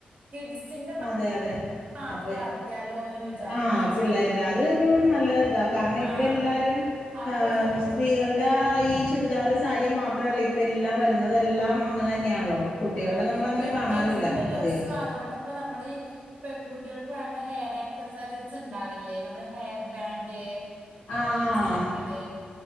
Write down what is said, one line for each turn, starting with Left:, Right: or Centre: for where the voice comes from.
Right: കിഡ്സിന്റെ
Left: അതെ അതെ
Right: മാത്രം
Left: അപ്പൊ
Right: ആക്കിയാലോന്ന് ഇങ്ങനെ വിചാരിക്കാ
Left: ആഹ് പിള്ളേരുടെ അതൊരു നല്ല ഇതാ കാരണം ഇപ്പ
Right: ആഹ്
Left: എല്ലാരും.
Right: അപ്പൊ
Left: ആഹ്
Right: എനിക്ക്
Left: സ്ത്രീകൾ. അടെ ഈ ചുരിദാർ സാരി മാത്രല്ല ഇപ്പ എല്ലാം വരുന്നത് എല്ലാം അങ്ങനെ തന്നെയാണല്ലോ. കുട്ടികളുടെ
Right: ആഹ
Left: നമ്മളങ്ങനെ
Right: ഈ കിഡ്
Left: കാണാറില്ല
Right: കിഡ്സിന്റെ ഡ്രസ്സും
Left: അധികം
Right: അതോടെ. ഇപ്പ നമ്മളീ പെൺകുട്ടികൾക്ക് വേണ്ട ഹെയർ എക്സസറീസ് ഉണ്ടാവില്ലേ നമ്മ ഹെയ. ബാൻഡ്.
Left: ആഹ ആഹ
Right: സ്ട്രൈഡ്